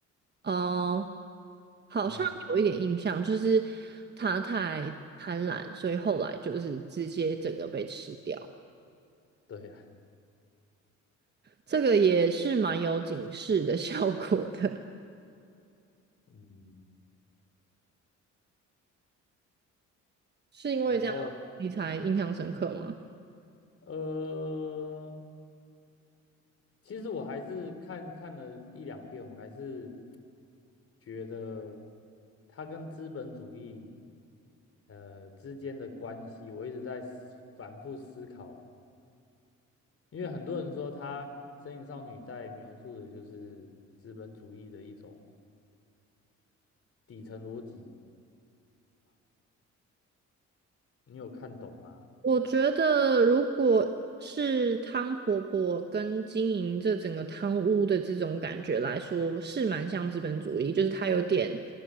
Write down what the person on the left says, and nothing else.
嗯。
对呀，
嗯，
然后呃，其实我还是看看了一两遍，我还是觉得它跟资本主义呃之间的关系，我一直在思反复思考，因为很多人说他《身影少女》在描述的就是资本主义的一种底层逻辑，你有看懂吗？